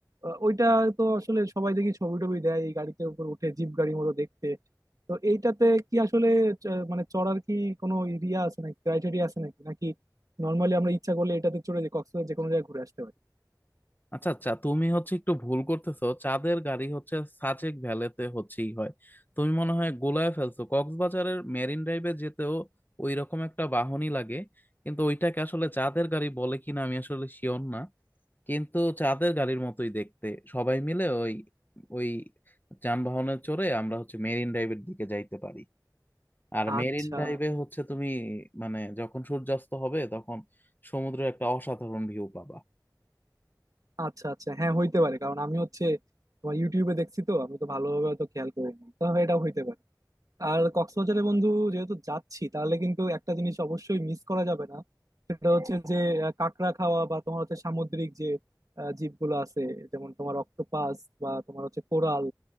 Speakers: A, on the right (about 55°); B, on the left (about 25°).
A: আহ, ওইটা তো আসলে সবাই দেখি ছবি টবি দেয় এই গাড়িতে উপর উঠে জিপ গাড়ি মতো দেখতে তো এইটাতে কি আসলে চ- মানে চড়ার কি কোনো এরিয়া আছে নাকি ক্রাইটেরিয়া আছে নাকি নাকি নর্মালি আমরা ইচ্ছা করলে এটাতে চড়ে যে কক্সবাজার যে কোনো জায়গায় ঘুরে আসতে পারি
B: আচ্ছা আচ্ছা তুমি হচ্ছে একটু ভুল করতেছো চাঁদের গাড়ি হচ্ছে সাজেক ভ্যালিতে হচ্ছেই হয় তুমি মনে হয় গোলায় ফেলছো কক্সবাজারের মেরিন ড্রাইভে যেতেও ওই রকম একটা বাহনই লাগে কিন্তু ওইটাকে আসলে চাঁদের গাড়ি বলে কিনা আমি আসলে শিওর না কিন্তু চাঁদের গাড়ির মতোই দেখতে সবাই মিলে ওই ওই যানবাহনে চড়ে আমরা হচ্ছে মেরিন ড্রাইভের দিকে যাইতে পারি আর
A: আচ্ছা
B: মেরিন ড্রাইভে হচ্ছে তুমি মানে যখন সূর্যাস্ত হবে তখন সমুদ্রের একটা অসাধারণ ভিউ পাবা
A: আচ্ছা আচ্ছা হ্যাঁ হইতে পারে কারণ আমি হচ্ছে তোমার ইউটিউবে দেখছি তো আমি তো ভালোভাবে তো খেয়াল করিনি তো এটা হইতে পারে আর কক্সবাজারে বন্ধু যেহেতু যাচ্ছি তাহলে কিন্তু একটা জিনিস অবশ্যই মিস করা যাবে না সেটা হচ্ছে যে আহ, কাঁকড়া খাওয়া বা তোমার হচ্ছে সামুদ্রিক যে আহ, জীবগুলো আছে যেমন তোমার অক্টোপাস বা তোমার হচ্ছে কোরাল